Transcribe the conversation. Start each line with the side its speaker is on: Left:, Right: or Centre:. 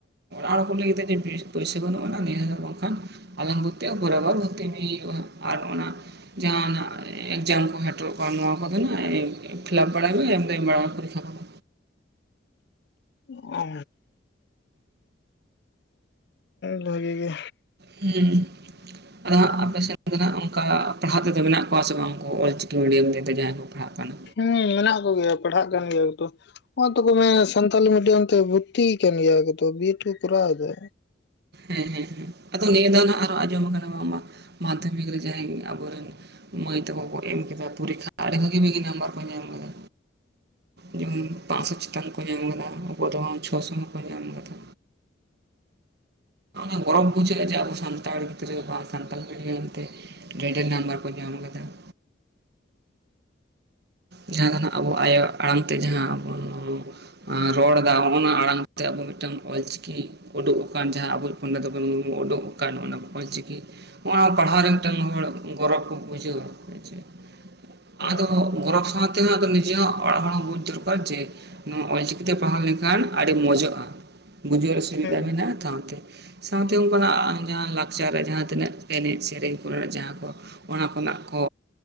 Right: ᱚᱲᱟᱜ ᱠᱚ ᱞᱟᱹᱭ ᱠᱟᱫᱟ ᱡᱮ ᱯᱚᱭᱥᱟᱹ ᱵᱟᱹᱱᱩᱜᱼᱟ᱾ ᱱᱤᱭᱟᱹ ᱵᱟᱝᱠᱷᱟᱱ ᱟᱞᱟᱝ ᱵᱩ ᱮᱨ ᱯᱚᱨᱮ ᱵᱷᱚᱨᱛᱤ ᱦᱩᱭᱩᱜᱼᱟ ᱟᱨ ᱚᱱᱟ ᱡᱟᱦᱟᱱᱟᱜ ᱮᱠᱡᱟᱢ ᱠᱚ ᱦᱚᱴᱮᱨᱚᱜ ᱱᱚᱣᱟ ᱠᱚᱫᱚ ᱦᱟᱜ ᱯᱷᱤᱞᱟᱯ ᱵᱟᱲᱟᱭ ᱢᱮ ᱮᱢ ᱫᱚᱮᱢ ᱵᱟᱲᱟᱭ ᱢᱮ ᱯᱚᱨᱤᱠᱠᱷᱟ ᱠᱚᱫᱚ
Left: ᱚ ᱵᱷᱟᱹᱜᱤ ᱜᱮ
Right: ᱦᱮᱸ ᱚᱸᱦᱟᱜ ᱟᱯᱮᱥᱮᱡ ᱫᱚ ᱦᱟᱸᱜ ᱚᱱᱠᱟ ᱯᱟᱲᱦᱟᱜ ᱛᱮᱫᱚ ᱢᱮᱱᱟᱜ ᱠᱚᱣᱟ ᱥᱮ ᱵᱟᱝ? ᱚᱞ ᱪᱤᱠᱤ ᱢᱤᱰᱤᱭᱟᱢ ᱛᱮ ᱫᱚ ᱡᱟᱦᱟᱸᱭ ᱠᱚ ᱯᱟᱲᱦᱟᱜ ᱠᱟᱱᱟ
Left: ᱦᱮᱸ ᱢᱮᱱᱟᱜ ᱠᱚᱜᱮᱭᱟ᱾ ᱯᱟᱲᱦᱟᱜ ᱠᱟᱱ ᱜᱮᱭᱟ ᱠᱚ ᱛᱚ, ᱚᱞ ᱛᱟᱠᱚ ᱢᱮ ᱥᱟᱱᱛᱷᱟᱞᱤ ᱢᱤᱰᱤᱭᱟᱢ ᱛᱮ ᱵᱷᱩᱨᱛᱤᱭ ᱠᱟᱱ ᱜᱮᱭᱟ ᱠᱚ ᱛᱚ ᱵᱤ ᱮᱴ ᱠᱚ ᱠᱚᱨᱟᱣ ᱯᱮ ᱜᱮ
Right: ᱦᱮᱸᱻᱦᱮᱸᱻᱦᱮᱸ ᱟᱫᱚ ᱱᱤᱭᱟᱹ ᱫᱷᱟᱱ ᱟᱨ ᱦᱚᱸ ᱟᱸᱡᱚᱢ ᱟᱠᱟᱱᱟ ᱵᱟᱝᱢᱟ ᱢᱟᱫᱽᱫᱷᱚᱢᱤᱠ ᱨᱮ ᱡᱟᱦᱟᱸᱭ ᱟᱵᱚ ᱨᱮᱱ ᱢᱟᱹᱭ ᱛᱟᱠᱚ ᱠᱚ ᱮᱢ ᱠᱮᱫᱟ ᱯᱚᱨᱤᱠᱠᱷᱟ ᱟᱹᱰᱤ ᱵᱷᱟᱹᱜᱤᱻᱵᱷᱟᱹᱜᱤ ᱱᱟᱢᱵᱟᱨ ᱠᱚ ᱧᱟᱢ ᱠᱮᱫᱟ᱾ ᱡᱮᱢᱚᱱ ᱯᱟᱸᱥᱥᱚ ᱪᱮᱛᱟᱱ ᱠᱚ ᱧᱟᱢ ᱠᱟᱫᱟ ᱚᱠᱚᱭ ᱫᱚ ᱪᱷᱚᱥᱚ ᱦᱚᱸᱠᱚ ᱧᱟᱢ ᱠᱟᱫᱟ᱾ <inaudible> ᱜᱚᱨᱚᱵᱽ ᱵᱩᱡᱷᱟᱹᱜᱼᱟ ᱡᱮ ᱟᱵᱚ ᱥᱟᱱᱛᱟᱲ ᱜᱤᱫᱽᱨᱟᱹ ᱵᱟ ᱥᱟᱱᱛᱟᱲ ᱢᱤᱰᱤᱭᱟᱢ ᱛᱮ ᱰᱰᱮ ᱱᱟᱢᱵᱟᱨ ᱠᱚ ᱧᱟᱢ ᱟᱠᱟᱫᱟ <inaudible> ᱡᱟᱦᱟᱸ ᱫᱚ ᱱᱟᱦᱟᱜ ᱟᱵᱚ ᱟᱭᱳ ᱟᱲᱟᱝ ᱛᱮ ᱡᱟᱦᱟᱸ ᱵᱚᱱ ᱨᱚᱲᱫᱟ ᱦᱚᱸ ᱚᱸ ᱱᱚᱶᱟ ᱟᱲᱟᱝ ᱛᱮ ᱢᱤᱫᱴᱟᱝ ᱚᱞᱪᱤᱠᱤ ᱩᱰᱩᱠ ᱟᱠᱟᱱ ᱡᱟᱦᱟᱸ ᱟᱵᱚ ᱤᱡ ᱯᱚᱱᱰᱤᱛ ᱨᱚᱜᱷᱩᱱᱟᱛᱷ ᱢᱩᱨᱢᱩ ᱩᱰᱩᱠ ᱟᱠᱟᱱ ᱚᱱᱟ ᱚᱞ ᱪᱤᱠᱤ ᱦᱚᱸ ᱚᱭ ᱱᱚᱣᱟ ᱯᱟᱲᱦᱟᱣ ᱨᱮ ᱢᱤᱫᱴᱟᱝ ᱦᱚᱲ ᱜᱚᱨᱚᱵᱽ ᱠᱚ ᱵᱩᱡᱷᱟᱹᱣᱟ ᱦᱮᱪᱮ ᱟᱫᱚ
Left: ᱦᱮᱸ
Right: ᱜᱚᱨᱚᱵ ᱥᱟᱶ ᱛᱮᱦᱚᱸ ᱱᱤᱡᱮᱨᱟᱜ ᱚᱲᱟᱜ ᱦᱚᱲ ᱦᱚᱸ ᱱᱚᱛᱮ ᱵᱩᱡᱽ ᱫᱚᱨᱠᱟᱨ ᱡᱮ ᱱᱚᱣᱟ ᱚᱞᱪᱤᱠᱤᱛᱮ ᱯᱟᱲᱦᱟᱣ ᱞᱮᱱᱠᱷᱟᱱ ᱟᱹᱰᱤ ᱢᱚᱸᱚᱡᱚᱜᱼᱟ ᱾ ᱜᱩᱡᱟᱨ ᱥᱵᱤᱫᱷᱟ
Left: ᱦᱮᱸ
Right: ᱢᱮᱱᱟᱜᱼᱟ᱾ ᱛᱚ ᱚᱱᱟ ᱛᱮ ᱥᱟᱶᱛᱮ ᱚᱱᱠᱟᱱᱟᱜ ᱡᱟᱦᱟᱸ ᱞᱟᱠᱪᱟᱨ ᱡᱟᱦᱟᱸ ᱛᱤᱱᱟᱹᱜ ᱜᱮ ᱮᱱᱮᱡ ᱥᱮᱨᱮᱧ ᱠᱚᱨᱮᱱᱟᱜ᱾ ᱡᱟᱦᱟᱸ ᱠᱚ ᱚᱱᱟ ᱠᱚᱨᱮᱱᱟᱜ ᱟᱠᱚ